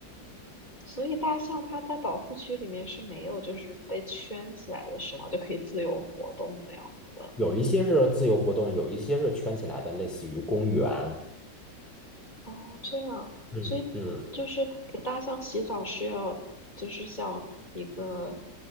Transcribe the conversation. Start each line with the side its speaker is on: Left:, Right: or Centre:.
Left: 所以大象它在保护区里面是没有就是被圈起来的是吗？就可以自由活动那样子的。
Centre: 有一些是自由活动，有一些是圈起来的，类似于公园。
Left: 哦，这样，
Centre: 嗯。
Left: 所以就是给大象洗澡是要就是像一个
Centre: 嗯